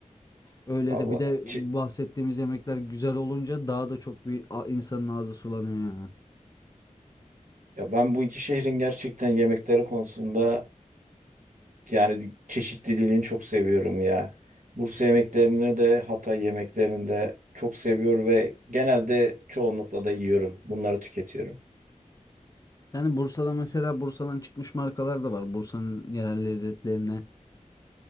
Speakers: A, on the left; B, on the right.
A: Öyle
B: <laughs> Vallahi
A: de bir de
B: çe-
A: bahsettiğimiz yemekler güzel olunca daha da çok bir a- insanın ağzı sulanıyor yani.
B: ya ben bu iki şehrin gerçekten yemekleri konusunda yani çeşitliliğini çok seviyorum ya. Bursa yemeklerini de Hatay yemeklerini de çok seviyor ve genelde çoğunlukla da yiyorum. Bunları tüketiyorum.
A: Yani Bursa'da mesela Bursa'dan çıkmış markalar da var. Bursa'nın yerel lezzetlerini